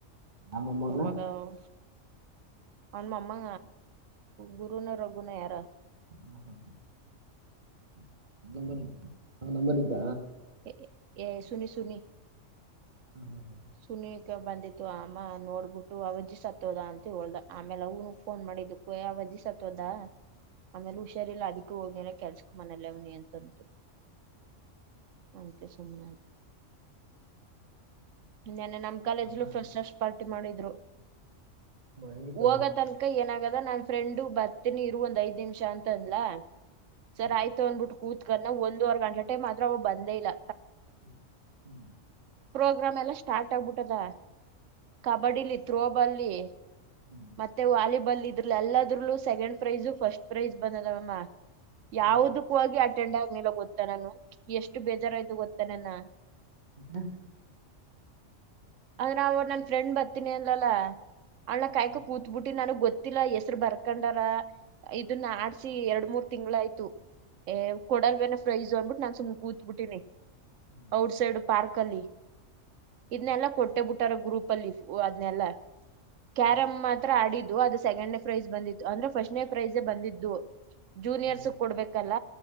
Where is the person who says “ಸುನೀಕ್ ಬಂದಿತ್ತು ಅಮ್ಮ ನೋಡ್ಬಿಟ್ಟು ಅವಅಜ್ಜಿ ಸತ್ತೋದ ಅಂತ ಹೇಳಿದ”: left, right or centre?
Right